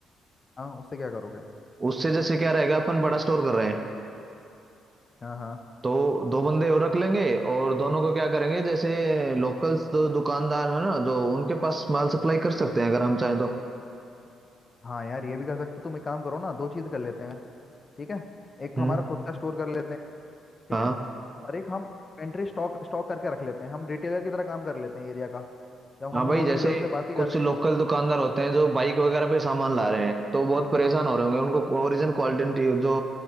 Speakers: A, on the left; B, on the right.
A: हाँ उससे क्या करोगे
B: उससे जैसे क्या रहेगा अपन बड़ा स्टोर कर रहे हैं
A: हाँ हाँ
B: तो दो बंदे और रख लेंगे और दोनों को क्या करेंगे जैसे लोकल्स जो दुकानदार है ना जो उनके पास माल सप्लाई कर सकते हैं अगर हम चाहें तो
A: हाँ यार ये भी कर सकते हो तुम एक काम करो ना दो चीज़ कर लेते हैं ठीक है एक तो
B: हम्म
A: हमारा खुद का स्टोर कर लेते हैं ठीक
B: हाँ
A: है और एक हम पेंट्री स्टॉक स्टॉक करके रख लेते हैं हम रिटेलर की तरह काम कर लेते हैं एरिया का जब
B: हाँ
A: हम
B: भाई
A: होलसेलर
B: जैसे
A: से बात ही
B: कुछ
A: कर रहे
B: लोकल दुकानदार होते हैं जो बाइक वगैरह पे सामान ला रहे हैं तो बहुत परेशान हो रहे होंगे उनको ओरिजिनल क्वालिटी जो